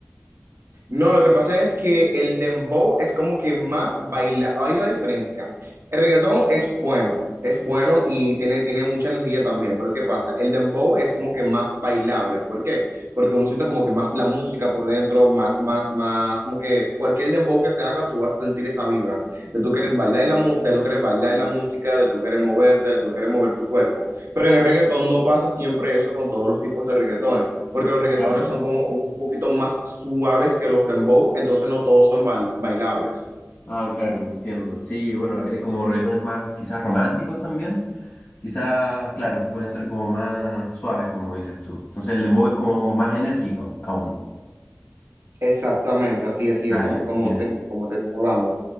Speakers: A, on the right; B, on the left.
A: No, lo que pasa es que el dembow es como que más baila, hay una diferencia. El reggaetón es bueno, es bueno y tiene, tiene mucha energía también, pero ¿qué pasa? El dembow es como que más bailable, ¿por qué? Porque uno siente como que más la música por dentro, más, más, más, como que cualquier dembow que se haga, tú vas a sentir esa vibra de tú querer bailar la, mu- de tú querer bailar la música, de tú querer moverte, de tú querer mover tu cuerpo. Pero en el reggaetón no pasa siempre eso con todos los tipos de reggaetón porque los reggaetones
B: Claro.
A: son como un poquito más suaves que los dembow, entonces no todos son bail- bailables.
B: Ah, claro, entiendo. Sí, bueno, eh, como reggaetones más quizás románticos también, quizás, claro, pueden ser como más suaves, como dices tú. Entonces el dembow es como más enérgico aún.
A: Exactamente, así es, así
B: Vale,
A: es como,
B: entiendo.
A: como te, como te estoy hablando.